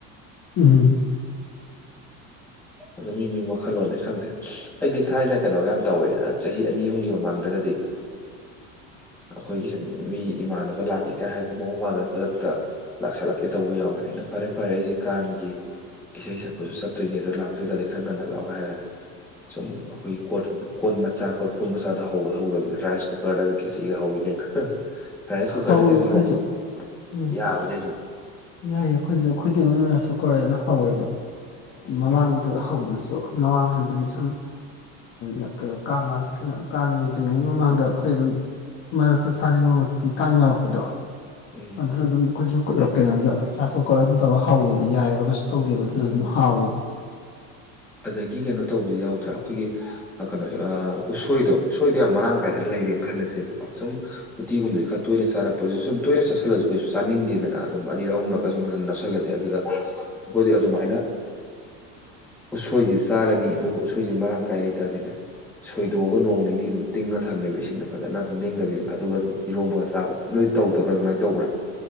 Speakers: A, on the left; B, in the centre.
A: ꯎꯝ
B: ꯑꯗꯣ ꯃꯤ ꯃꯤ ꯋꯥꯈꯜ ꯂꯣꯟꯅꯤ ꯈꯪꯗꯦ ꯑꯩꯗꯤ ꯊꯥꯏꯅ ꯀꯩꯅꯣꯒ ꯌꯥꯝ ꯇꯧꯋꯦ ꯑꯩ ꯆꯍꯤ ꯑꯅꯤ ꯍꯨꯝꯒꯤ ꯃꯃꯥꯡꯗꯒꯗꯤ ꯑꯈꯣꯏꯒꯤ ꯍ‌ꯦꯛ ꯃꯤ ꯏꯃꯥꯟꯅꯕ ꯂꯥꯛꯀꯦ ꯀꯥ ꯍꯥꯏꯔꯒ ꯃꯋ‌ꯣꯡ ꯃꯥꯟꯗꯅ ꯈꯨꯗꯛꯇ ꯂꯥꯛꯁꯜꯂꯛꯀꯦ ꯇꯧꯕ ꯌꯥꯎꯋꯦ ꯑꯩꯅ ꯐꯔꯦ ꯐꯔꯦ ꯑꯩꯁꯦ ꯀꯥꯡꯒꯤ ꯏꯁꯩ ꯁꯛꯄꯁꯨ ꯆꯠ ꯇꯨꯢꯅꯦ ꯑꯗꯣ ꯂꯥꯛꯇꯣꯏ ꯇꯥꯔꯗꯤ ꯈꯔ ꯉꯟꯅ ꯂꯥꯛꯑꯣꯒ ꯍꯥꯏꯔꯒꯅꯦ ꯁꯨꯝ ꯑꯈꯣꯏꯒꯤ ꯀꯣꯟ ꯀꯣꯟ ꯃꯆꯥ ꯀꯣꯔꯐꯨ ꯃꯆꯥꯗ ꯍꯧꯕꯗ‌ꯣ ꯍꯧꯗꯕꯤꯗ ꯔꯥꯏꯁ ꯀꯨꯀꯔꯗꯒ ꯈ‌ꯦꯆꯤꯒ ꯍꯧꯋꯤ ꯀꯩꯅꯣ ꯔꯥꯏꯁ ꯀꯨꯀꯔꯗ
A: ꯍꯧꯋꯦ
B: ꯈꯦꯆꯤ
A: ꯑꯩꯈꯣꯏꯁꯨ
B: ꯍꯧꯕ
A: ꯎꯝ
B: ꯌꯥꯕꯅꯤ ꯗꯨꯝ
A: ꯌꯥꯏꯌꯦ ꯈꯣꯏꯁꯨ ꯈ‌ꯣꯏꯗꯤ <unintelligible> ꯔꯥꯁꯀꯨꯀꯔꯗ ꯍꯧꯋꯦꯕ
B: ꯎꯝ
A: ꯃꯃꯥꯡꯗ ꯍꯧꯕꯗꯁꯨ ꯃꯃꯥꯡ ꯍꯥꯏꯕꯗꯤ ꯁꯨꯝ ꯑ ꯀꯥꯡ ꯂꯛꯇ꯭ꯔꯤꯉ ꯀꯥꯡ ꯌꯧꯗ꯭ꯔꯤꯉꯩ ꯃꯃꯥꯡꯗ ꯈꯣꯏ ꯑꯗꯨꯝ ꯃꯔꯛꯇ ꯆꯥꯅꯤꯡꯕ ꯃꯇꯥꯡ ꯌꯥꯎꯔꯛꯄꯗꯣ
B: ꯎꯝ
A: ꯑꯗꯨꯅ ꯑꯗꯨꯝ ꯈꯣꯏꯁꯨ ꯀ ꯑ ꯀꯩꯅ‌ꯣꯗ ꯔꯥꯏꯁ ꯀꯨꯀꯔ ꯗꯨꯝ ꯇꯧꯔ ꯍꯧꯋꯦꯕ ꯌꯥꯏꯑꯕ ꯇꯧꯗꯦꯕ ꯑꯗꯨꯁꯨ
B: ꯎꯝ
A: ꯑꯗꯨꯝ ꯍꯥꯎꯋꯦꯕ
B: ꯑꯗꯒꯤ ꯀꯩꯅꯣ ꯇꯧꯕꯗꯤ ꯌꯥꯎꯗ꯭ꯔꯥ ꯈꯣꯏꯒꯤ ꯀꯩꯅꯣ ꯑ ꯎꯁꯣꯏꯗꯣ ꯁꯣꯏꯗ‌ꯣ ꯌꯥꯝ ꯃꯔꯥꯡ ꯀꯥꯏꯅ ꯂꯩꯔꯦꯅ ꯈꯜꯂꯁꯦꯕꯀꯣ ꯁꯨꯝ ꯎꯇꯤꯒꯨꯝꯕꯁꯦ ꯈꯔꯇꯣꯏꯅ ꯆꯥꯔꯛꯄꯁꯤꯁꯨ ꯁꯨꯝ ꯇꯣꯏꯅ ꯆꯥꯁꯤꯜꯂꯁꯨ ꯀꯩꯁꯨ ꯆꯥꯅꯤꯡꯗꯦꯗꯅ ꯑꯗꯨꯝ ꯑꯅꯤꯔꯛ ꯑꯍꯨꯝꯂꯛ <unintelligible> ꯑꯗꯨꯗ ꯑꯈꯣꯏꯗꯤ ꯑꯗꯨꯃꯥꯏꯅ ꯎꯁꯣꯏꯖ‌ꯦ ꯆꯥꯔꯅꯤ ꯑꯗꯨꯒ ꯎꯁꯣꯏꯖ‌ꯦ ꯃꯔꯥꯡ ꯀꯥꯏꯅ ꯂꯩꯇꯗꯤꯅꯦ ꯁꯣꯏꯗꯣꯛꯑꯒ ꯅꯣꯡ ꯅꯤꯅꯤ ꯑꯗꯨꯝ ꯇꯤꯡꯉ ꯊꯝꯃꯦꯕ ꯏꯁꯤꯡꯗ ꯐꯖꯅ ꯑꯗꯨꯝ ꯂꯦꯡꯗꯕꯤꯗ ꯑꯗꯨꯒ ꯑꯗꯨꯝ ꯏꯔꯣꯝꯕꯒ ꯆꯥꯕ ꯅꯣꯏ ꯇꯧꯗꯕ꯭ꯔꯥ ꯑꯗꯨꯃꯥꯏꯅ ꯇꯧꯕ꯭ꯔꯥ